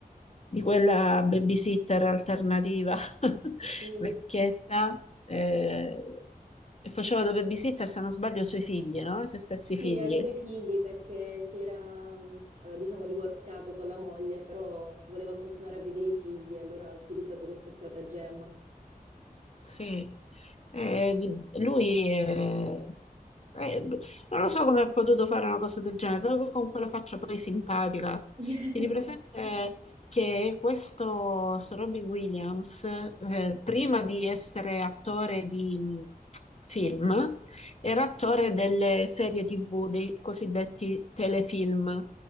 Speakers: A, on the left (about 45°); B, on the right (about 50°).
A: di quella babysitter alternativa <laughs>
B: Sì.
A: vecchietta eh, e faceva da babysitter, se non sbaglio, i suoi figli, no? I suoi stessi
B: Sì,
A: figli.
B: ai suoi figli perché si era, mh, eh, diciamo, divorziato con la moglie, però voleva continuare a vedere i figli e allora ha utilizzato questo stratagemma.
A: Sì, Eh, di- lui è- è- b- non lo so come ha potuto fare una cosa del genere, proprio con quella faccia poi simpatica.
B: <laughs>
A: Tieni presente che questo sto Robbie Williams, eh, prima di essere attore di mh, film, era attore delle serie TV, dei cosiddetti telefilm